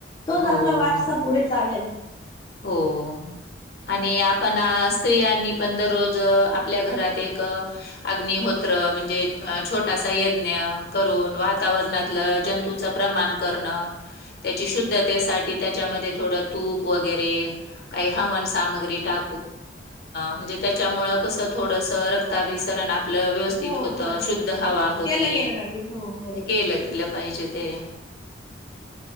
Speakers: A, on the left; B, on the left.
A: तोच
B: हो,
A: आपला वारसा पुढे चालेल.
B: हो. आणि आपण स्त्रियांनी पण दररोज आपल्या घरात एक अग्नी होत. म्हणजे छोटासा यज्ञ करून वातावरणात जंतूच प्रमाण करण. त्या शुद्धते त्याच्यामध्ये थोड तूप वर. ह सा टा म्हणजे त्या कस ड. ताभिसरण आप. आपलं व्यवस्थित
A: हो
B: होत
A: बरोबर
B: शुद्ध हवा
A: हो
B: होती
A: केलं गेलं पाहिजे हो बरोबर
B: केलं केलं पाहिजे. ते